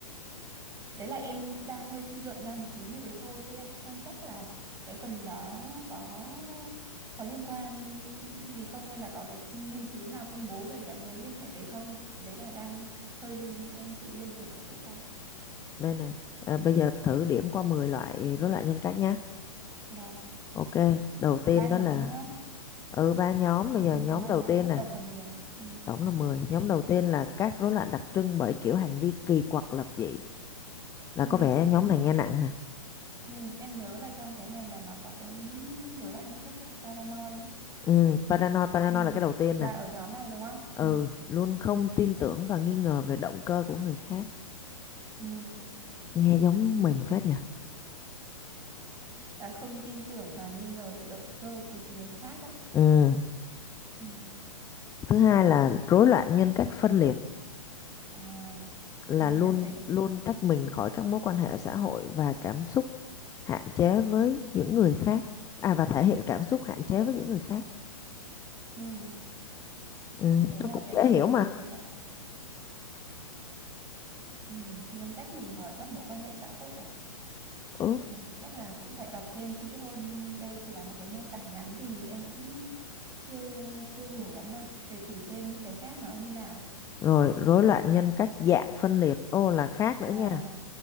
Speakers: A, on the right (about 20°); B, on the left (about 15°).
A: Đấy là em cũng đang hơi suy luận ra một tí như thế thôi chứ em cũng không chắc là cái phần đó có có liên quan gì không hay là có cái nghiên cứu nào công bố về cái mối liên hệ đấy không? Thì đấy là đang hơi liên em tự liên tưởng một chút thôi.
B: Đây này, à, bây giờ thử điểm qua 10 loại rối loạn nhân cách nhé.
A: Vâng,
B: Ok, đầu tiên
A: ba nhóm
B: đó là
A: đúng không?
B: ừ ba nhóm, bây
A: Ừ,
B: giờ nhóm
A: ba
B: đầu
A: nhóm
B: tiên
A: và
B: nè,
A: tổng là mười à? Ừ.
B: tổng là mười Nhóm đầu tiên là các rối loạn đặc trưng bởi kiểu hành vi kỳ quặc lập dị. Là
A: Ừ.
B: có vẻ nhóm này nghe nặng nè.
A: Ừ, em nhớ là trong cái này là nó có cái rối loạn nhân cách paranoid ấy.
B: Ừ, paranoid, paranoid
A: Ừ.
B: là cái đầu tiên
A: Là
B: nè.
A: ở nhóm này đúng không?
B: Ừ,
A: Ừ.
B: luôn không tin tưởng và nghi ngờ về động cơ của người khác.
A: Ừ.
B: Nghe giống
A: Ừ.
B: mình phết nhỉ.
A: là không tin tưởng và nghi ngờ về động cơ của người khác á
B: Ừ,
A: ừ.
B: thứ hai là rối loạn nhân cách phân liệt
A: à,
B: là
A: nghe
B: luôn
A: đã thấy
B: luôn tách mình khỏi các mối quan hệ xã hội và cảm xúc hạn chế với những người khác. À và thể hiện cảm xúc hạn chế với những người khác.
A: ừ.
B: Ừ,
A: đấy
B: nó
A: là
B: cũng
A: cái
B: dễ
A: phần
B: hiểu mà.
A: đấy là ừ. nguyên tắc mình gọi các mối quan hệ xã hội à
B: Ừ.
A: ừ. chắc là cũng phải đọc thêm kỹ hơn đây chỉ là một cái mô tả ngắn thì em cũng chưa chưa hiểu lắm đâu để thử xem những cái khác nó như nào
B: Rồi rối loạn nhân cách dạng phân liệt. Ô là khác nữa
A: à
B: nha.